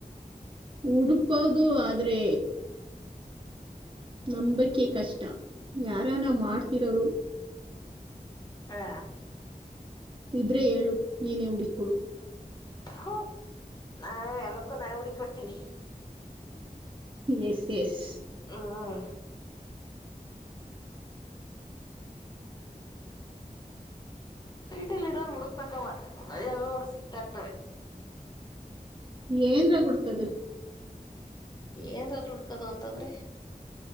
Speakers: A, on the right (about 35°); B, on the left (about 25°).
A: ಹುಡುಕ್ಬೌದು ಆದ್ರೆ ನಂಬಿಕೆ ಕಷ್ಟ ಯಾರಾನ ಮಾಡ್ತಿರೋರು
B: ಹಾ
A: ಇದ್ರೆ ಹೇಳ ನೀನೇ ಹುಡುಕ್ಕ ಕೊಡು
B: ಹ ನ ಎಲ್ಲಕ್ಕೂ ನನೆ ಹುಡಿಕ ಕೊಡ್ತೀನಿ
A: ಎಸ್ ಎಸ್
B: ಹ್ಮ್ ಸೀಟಿಲ್ಲಿ ಇರೋರು ಹುಡುಕ್ಪಕ್ಕವ ಯಾವರು ಸಿಕ್ತಾ ಇರ್ತವೆ
A: ಏನ್ರ ಹುಡ್ಕದು
B: ಏನ್ ಹುಡ್ಕದು ಅಂತಂದ್ರೆ